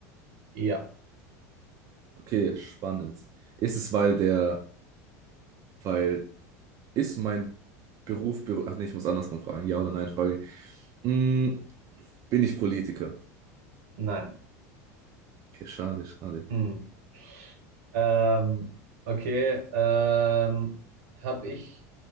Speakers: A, on the right; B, on the right.
A: Ja,
B: Okay, spannend. Ist es, weil der, weil, ist mein Beruf berühmt? Ach nee, ich muss andersrum fragen. Ja oder nein, Frage. Mm, bin ich Politiker?
A: nein.
B: Okay, schade, schade.
A: Hm. Ähm, okay, ähm, habe ich